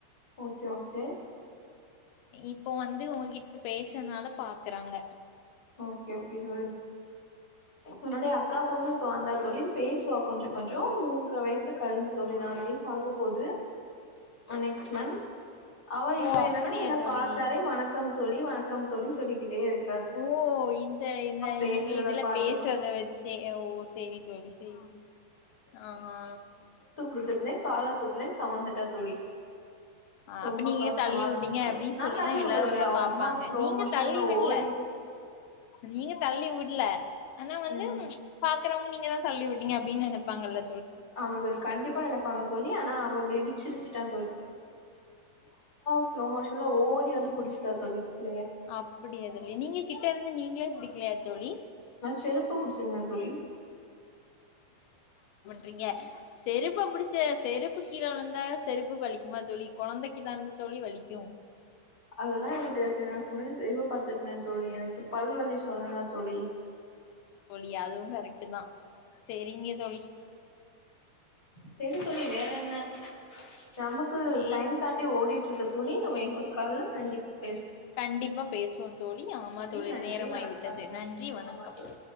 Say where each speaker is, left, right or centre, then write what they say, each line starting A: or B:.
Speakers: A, on the left; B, on the left.
A: ஓகே ஓகே
B: இப்போ வந்து உங்ககிட்ட பேசுறனால பாக்கறாங்க
A: ஓகே ஓகே தோழி என்னுடைய அக்கா பொண்ணு இப்ப வந்தா தோழி பேசுவா கொஞ்ச கொஞ்ச மூன்ற வயசு கழிஞ்சு தோழி நாலு வயசு ஆகப்போது நெக்ஸ்ட் மன்த் அவ இப்ப
B: ஓ
A: என்னனா
B: அப்படியா
A: என்ன
B: தோழி
A: பாத்தாலே வணக்கம் தோழி வணக்கம் தோழி சொல்லிகிட்டே இருக்
B: ஓ இந்த இந்த
A: பேசுறத
B: நீங்க இதுல
A: பாத்து
B: பேசறத
A: பாத்
B: வச்சே ஓ சரி தோழி சரி ஆ ஆ
A: வித்துடுத்தே கால தூக்குறே கமந்துட்டா தோழி ரொம்ப
B: அப்ப நீங்க
A: கஷ்டமா
B: தள்ளி
A: இருந்து
B: விட்டீங்க
A: தோழி
B: அப்படின்னு
A: நா
B: சொல்லிதான்
A: தள்ளிவுடல
B: எல்லாரும்
A: தோழி
B: உங்கள
A: அவ
B: பாப்பாங்க
A: வும்மா ஸ்லோ
B: நீங்க
A: மோஷன்ல
B: தள்ளி விடல
A: ஓடி
B: நீங்க தள்ளிவிடல ஆனா வந்து
A: ம்
B: பா பாக்கிறவங்க நீங்கதா தள்ளி விட்டங்க அப்டின்னு நைப்பாங்கல்ல
A: ஆமா தோழி கண்டிப்பா நெனைப்பாங்க தோழி ஆனா அவ பேபி சிரிச்சிட்டா ஸ்லோ மோஷன்ல ஓடி வந்து புடிச்சுட்டா தோழி புள்ளைய
B: அப்டிய தோழி நீங்க கிட்ட இருந்து நீங்களே பிடிக் ல்லையா தோழி
A: ந செருப்பு புடிச்சிருந்த தோழி
B: றிங்க செருப்பு புடிச்ச செருப்பு கீழ உழுந்தா செருப்புக்கு வலிக் ஆமா தோழி கொழந்தைக்கு தாந்த தோழி வலிக்கு
A: அதெல்லா எங்க <unintelligible> <unintelligible> தோழி எனக்கு பல்வலி சொன்னன்ல தோழி
B: தோழி அதுவு கரெக்ட்டு தா செரிங்க தோழி
A: சேரி தோழி வேற என்ன நமக்கு
B: சேரி
A: டைம் தாண்டி ஓடி ட்டுற்கு தோழி நம்ம இன்னொரு கால்ல கண்டிப்
B: கண்டிப்பா பேசுவோ தோழி ஆமா தோழி
A: நன்றி
B: நேரமாய்
A: வணக்கம்
B: விட்டது நன்றி வணக்கம்
A: ஆமா தோழி